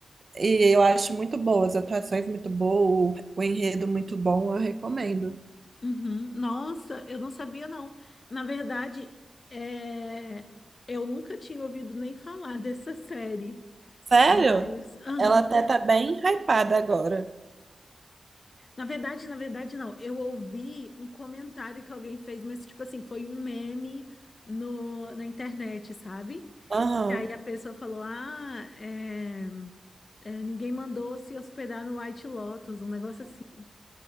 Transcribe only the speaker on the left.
uhum. Nossa, eu não sabia, não. Na verdade, é, eu nunca tinha ouvido nem falar <laughs> dessa série.
Mas, aham.
Na verdade, na verdade, não. Eu ouvi um comentário que alguém fez, mas, tipo assim, foi um meme no, na internet, sabe?
E aí a pessoa falou: Ah, é, é, ninguém mandou se hospedar no White Lotus, um negócio assim.